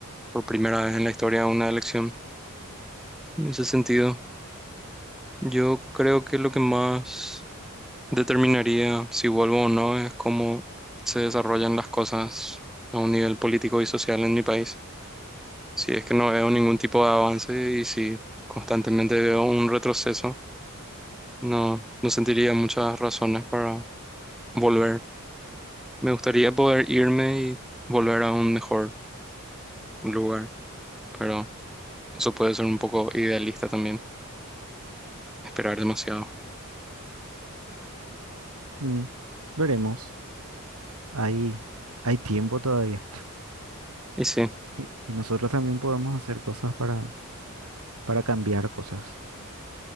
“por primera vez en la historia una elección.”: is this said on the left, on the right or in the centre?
Centre